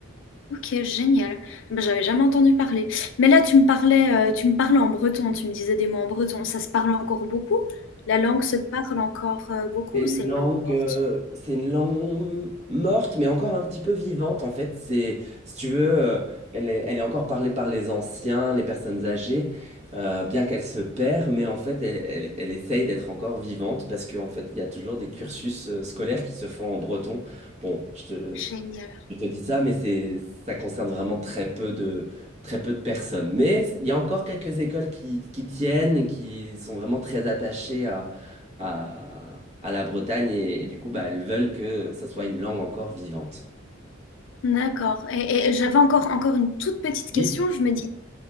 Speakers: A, on the left (about 65°); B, on the right (about 35°).
A: ok, génial. Eh Ben, j'avais jamais entendu parler. Mais là, tu me parlais, euh, tu me parlais en breton, tu me disais des mots en breton. Ça se parle encore beaucoup? La langue se parle encore euh, beaucoup
B: C'est une
A: ou c'est
B: langue,
A: une langue morte?
B: euh, c'est une langue morte, mais encore un petit peu vivante, en fait. C'est, si tu veux, euh, elle est, elle est encore parlée par les anciens, les personnes âgées, euh, bien qu'elle se perd, mais en fait, elle, elle, elle essaye d'être encore vivante parce qu'en fait, il y a toujours des cursus euh, scolaires qui se font en breton. Bon, je te,
A: Génial.
B: Je te dis ça, mais c'est, ça concerne vraiment très peu de, très peu de personnes. Mais il y a encore quelques écoles qui, qui tiennent et qui sont vraiment très attachées à, à, à la Bretagne et, et du coup, bah, elles veulent que ça soit une langue encore vivante.
A: D'accord. Et, et j'avais encore, encore une toute petite question.
B: Oui,
A: Je me dis